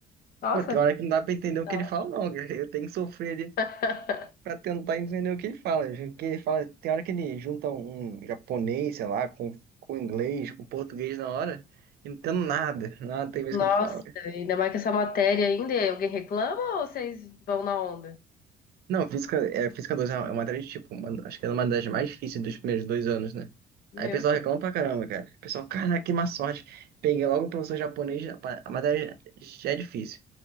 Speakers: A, on the left; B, on the right.
A: Nossa,
B: Pô, tem hora que não dá pra entender o
A: Da
B: que ele
A: hora.
B: fala, não. cara. Eu tenho que sofrer ali
A: <laughs>
B: pra tentar entender o que ele fala. O que ele fala, tem hora que ele junta um japonês, sei lá, com, com inglês, com português na hora, e não entendo nada. Nada tem vez
A: nossa,
B: que ele fala.
A: ainda mais que essa matéria ainda, e alguém reclama ou vocês vão na onda?
B: Não, física, é, física 2 é uma é uma matéria de tipo, uma- acho que é uma das mais difíceis dos primeiros dois anos, né?
A: Meu
B: Aí o pessoal
A: Deus.
B: reclama pra caramba, cara. O pessoal, caraca, que má sorte. Peguei logo um professor japonês, já- pa- a matéria já já é difícil.